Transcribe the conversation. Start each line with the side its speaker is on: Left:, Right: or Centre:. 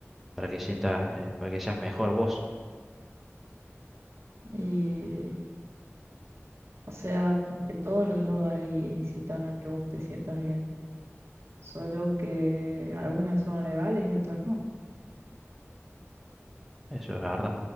Centre: para que sientas, eh, para que seas mejor vos.
Right: Y, o sea, como que todas las drogas i- incitan a que vos te sientas bien, solo que algunas son legales y otras no.
Centre: Eso es verdad.